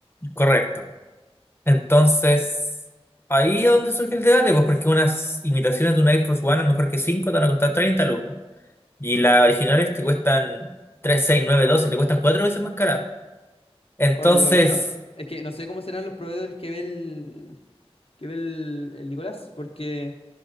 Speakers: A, on the left (about 20°); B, on the left (about 65°).
A: correcto. Entonces, ahí es donde surge el debate, pues porque unas imitaciones de una Air Force One, a lo mejor que 5 te van a costar 30 lucas, y las originales te cuestan 3, 6, 9, 12, te cuestan cuatro veces más cara. Entonces...
B: Por lo menos. Es que no sé cómo serán los proveedores que ve el, que ve el, el Nicolás, porque